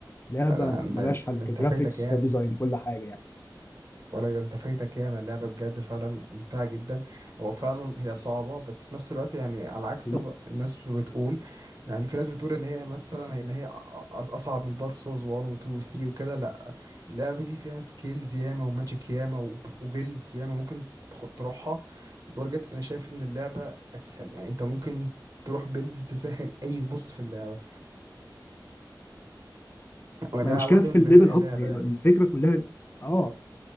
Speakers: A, on the left; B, on the right.
A: لعبة
B: انا أنا-
A: ملهاش حل كجرافيكس
B: انت فايتك ايه
A: كديزاين كل حاجة يعني
B: ولا ده انت فايتك ياما اللعبة بجد فعلا ممتعة جدا هو فعلا هي صعبة بس في نفس الوقت يعني على عكس
A: جميل.
B: غ- الناس بتقول يعني في ناس بتقول ان هي مثلا ان هي أ- أ- اصعب من دارك سولز 1 و 2 و 3 وكده لا اللعبة دي فيها سكيلز ياما وماجيك ياما وب- وبيلدز ياما ممكن تخ- تروحها لدرجة انا شايف ان اللعبة اسهل يعني انت ممكن تروح بيلدز تسهل اي بص في اللعبة وده
A: ما هي مشكلة
B: واحدة
A: في
B: من
A: الليفل
B: مزايا
A: أب
B: اللعبة
A: هي
B: يعني
A: الفكرة كلها آه